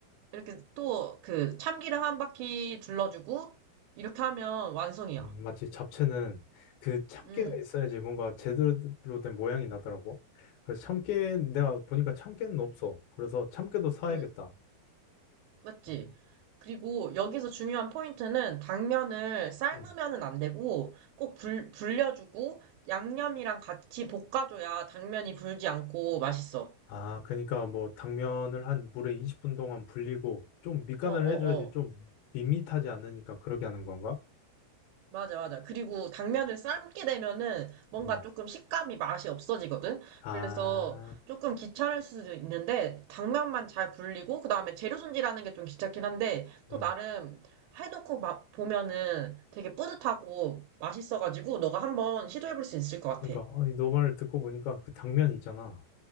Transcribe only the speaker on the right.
이렇게 또 그 참기름 한 바퀴 둘러주고 이렇게 하면 완성이야.
음,
음, 맞지?
그리고 여기서 중요한 포인트는 당면을 삶으면은
안 되고 꼭 불, 불려주고 양념이랑 같이 볶아줘야 당면이 불지 않고 맛있어.
어, 어,
어.
맞아, 맞아. 그리고 당면을 삶게 되면은 뭔가
조금 식감이 맛이 없어지거든?
그래서 조금 귀찮을 수도 있는데, 당면만 잘 불리고, 그 다음에 재료 손질하는 게 좀 귀찮긴 한데, 또
나름 해놓고 막 보면은 되게 뿌듯하고 맛있어가지고, 너가 한번 시도해볼 수 있을 것 같아.